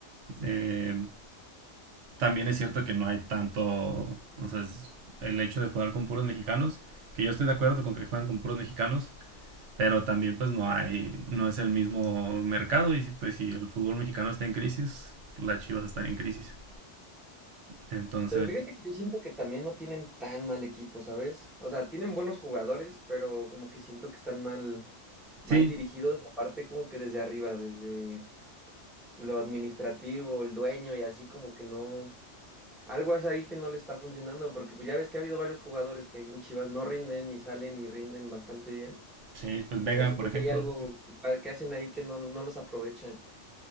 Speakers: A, on the right; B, in the centre.
A: Eh, también es cierto que no hay tanto, o sea, es el hecho de jugar con puros mexicanos, que yo estoy de acuerdo con que juegan con puros mexicanos, pero también pues no hay, no es el mismo mercado y si, pues si el fútbol mexicano está en crisis, las Chivas están en crisis. Entonces,
B: Pero fíjate que yo siento que también no tienen tan mal equipo, ¿sabes? O sea, tienen buenos jugadores, pero como que siento que están mal, mal
A: sí,
B: dirigidos, y aparte como que desde arriba, desde lo administrativo, el dueño y así como que no, algo es ahí que no le está funcionando, porque pues ya ves que ha habido varios jugadores que ahí en Chivas no rinden ni salen y rinden bastante bien.
A: sí, pues Vega,
B: O sea, siento
A: por ejemplo.
B: que hay algo que, pa- que hacen ahí que no, no los aprovechan.